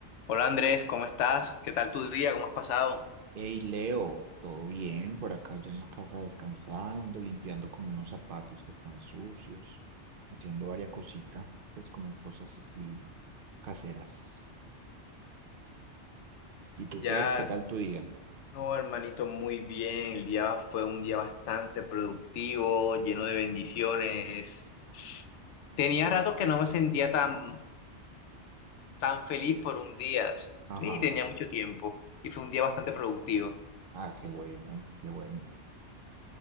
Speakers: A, on the left; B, on the right.
A: Hola Andrés, ¿cómo estás? ¿Qué tal tu día? ¿Cómo has pasado?
B: Hey Leo, ¿todo bien? Por acá ya en la casa descansando, limpiando como unos zapatos que están sucios, haciendo varias cositas, pues como cosas así caseras. ¿Y tú
A: Ya,
B: qué? ¿Qué tal tu día?
A: no, hermanito, muy bien. El día fue un día bastante productivo, lleno de bendiciones. Tenía rato que no me sentía tan, tan feliz por un día. Sí,
B: Ajá.
A: sí, tenía mucho tiempo y fue un día bastante productivo.
B: Ah, qué bueno, qué bueno.